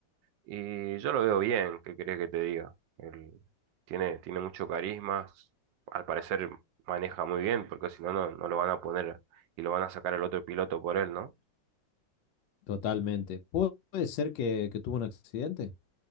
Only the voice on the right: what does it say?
Y yo lo veo bien, ¿qué querés que te diga? Él tiene, tiene mucho carisma, al parecer maneja muy bien, porque si no, no, no lo van a poner y lo van a sacar al otro piloto por él, ¿no?